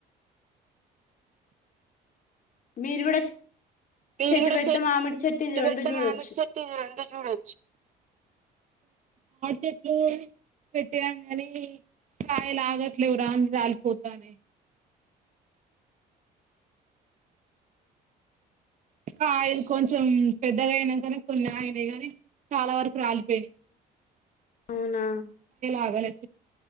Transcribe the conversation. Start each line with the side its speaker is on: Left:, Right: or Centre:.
Left: మీరు కూడా
Right: మీరు
Left: చెట్టు
Right: కూడా
Left: పెడితే
Right: చెట్
Left: మామిడి చెట్టు ఇది
Right: ఇట్పడుతే
Left: రెండు చూడొచ్చు
Right: మామిడి చెట్ ర చెట్లు పెట్టేవాం నీ <unintelligible> కాయలు ఆగట్లేదు రాలిపోతున్నాయి కాయలు కొంచెం పెద్దగా అయినా కానీ కొన్ని ఆయనయి కానీ చాలా వరకు రాలిపోయినాయి
Left: అవునా
Right: అవున